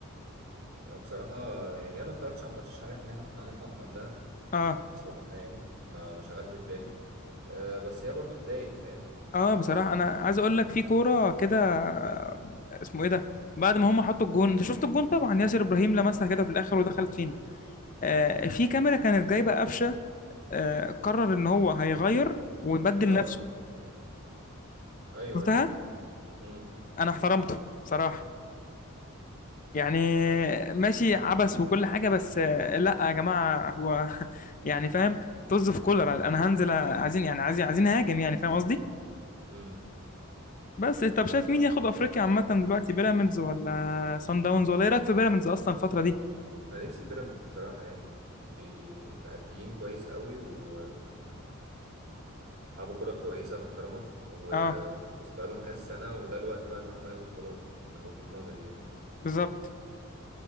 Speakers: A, on the right (about 50°); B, on the left (about 40°).
A: أه بصراحه يعني انا ما اتفرجتش على الماتش عشان عارف ان احنا كنا هنطلع من قبلها
B: اه
A: بصراحه يعني ما ما شغلتش بالي أه بس هي برضو تضايق فاهم
B: اه
A: انت
B: بصراحة أنا عايز أقول لك في كورة كده آه، اسمه إيه ده؟ بعد ما هم حطوا الجون انت شفت الجون طبعا ياسر ابراهيم لمسها كده في الاخر
A: اه
B: ودخلت فينا آه في كاميرا كانت جايبه قفشه آه، قرر ان هو هيغير ويبدل
A: آه،
B: نفسه
A: ايوه
B: شفتها
A: ايوه امم
B: انا احترمته صراحة يعني ماشي عبث وكل حاجة بس آه، لا يا جماعة هو <laughs> يعني فاهم طز في كولر انا هنزل آه، عايزين يعني عايزين عايزين هاجم يعني فاهم قصدي
A: امم
B: بس طب شايف مين ياخد افريقيا عامة دلوقتي بيراميدز ولا سان داونز ولا ايه رايك في بيراميدز اصلا الفترة دي
A: انا نفسي بيراميدز بصراحه يعني بي- مأديين كويس قوي وبيلعبوا كرة كويسة محترمة وخلاص
B: اه
A: بقالهم كذا سنة وده الوقت بقى ان هم ياخدوا بطولات من وجهة نظري يعني
B: بالظبط